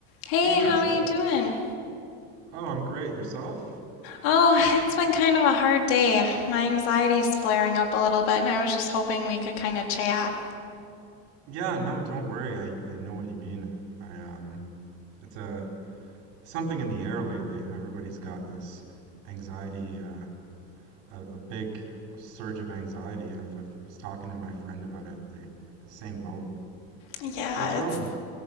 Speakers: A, on the left; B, on the right.
A: Hey,
B: Hey Tessa.
A: how are you doing?
B: Oh, I'm great. Yourself?
A: Oh, it's been kind of a hard day. My anxiety's flaring up a little bit, and I was just hoping we could kind of chat.
B: Yeah, no, don't worry. I, I know what you mean. I um it's a something in the air lately. Everybody's got this anxiety, uh, a, a big surge of anxiety. I've, I was talking to my friend about it. The, the same boat.
A: Yeah,
B: What's wrong?
A: it's